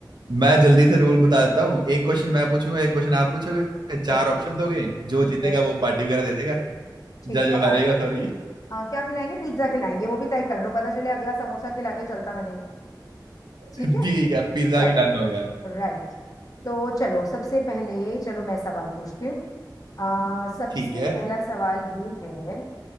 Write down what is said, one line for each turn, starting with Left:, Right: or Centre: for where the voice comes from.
Right: मैं जल्दी से रूल बता देता हूँ एक क्वेश्चन मैं पूछूंगा एक क्वेश्चन आप पूछोगे चार
Left: ओके
Right: ऑप्शन हो गए
Left: ठीक
Right: जो जीतेगा
Left: है
Right: वो पार्टी वगैरह दे देगा
Left: ठीक
Right: या
Left: है
Right: जो
Left: और
Right: हारेगा
Left: पार्टी में
Right: सॉरी
Left: हाँ क्या खिलाएंगे पिज्जा खिलाएंगे वो भी तय कर लो पता चले अगला समोसा खिला के चलता बने
Right: <laughs>
Left: ठीक है
Right: ठीक है पिज्जा
Left: चलो
Right: की डन हो गया
Left: राइट तो चलो सबसे पहले चलो मैं सवाल पूछती हूँ आ, सबसे
Right: ठीक है
Left: पहला
Right: ठीक
Left: सवाल ये है